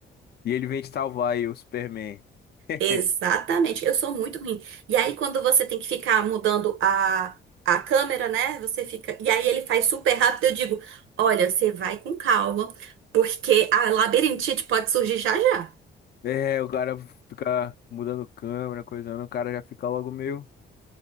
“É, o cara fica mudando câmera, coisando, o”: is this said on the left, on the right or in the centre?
Left